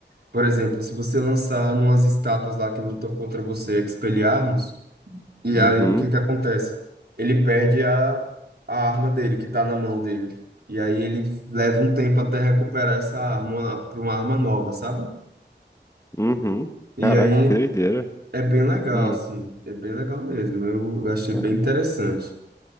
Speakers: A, on the right; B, on the left.
A: Por exemplo, se você lançar umas estátuas lá que lutam contra você, Expelliarmus, e
B: Uhum,
A: aí o que que acontece? Ele perde a, a arma dele, que tá na mão dele. E aí ele leva um tempo até recuperar essa arma para uma arma nova, sabe?
B: uhum.
A: E
B: Caraca,
A: aí
B: que doideira.
A: é bem legal,
B: Hum.
A: assim, é bem legal mesmo. Eu achei
B: Ah,
A: bem interessante.